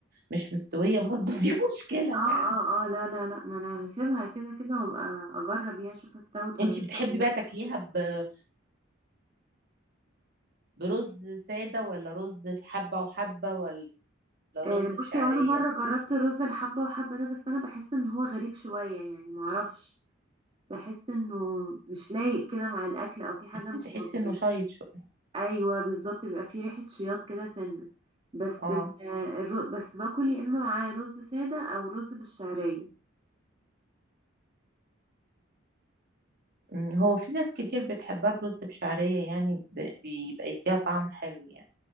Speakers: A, on the right; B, on the right.
A: مش مستوية برضه <laughs> دي مشكلة
B: اه
A: يعني
B: اه اه لا لا لا ما انا هسيبها كده كده وابقى اجرب يعني اشوف استوت ولا
A: أنتي
B: لسه
A: بتحبي
B: قدامها
A: بقى تاكليها
B: كتير.
A: ب... برز سادة ولا رز في حبة وحبة ولا رز
B: آه
A: بشعرية
B: بصي وانا مره جربت رز الحبه وحبه ده بس انا بحس ان هو غريب شويه يعني معرفش بحس انه مش لايق كده مع الاكل او في حاجه مش
A: أنت تحسي
B: مظبوطه
A: إنه شايط شوية
B: ايوه بالظبط بيبقى في ريحه شياط كده سنه بس
A: اه
B: ال- الر- بس باكل يا اما معاه رز ساده او رز بالشعريه
A: مم، هو في ناس كتير بتحبها برز بشعرية يعني ب- بيبقى يديها طعم حلو يعني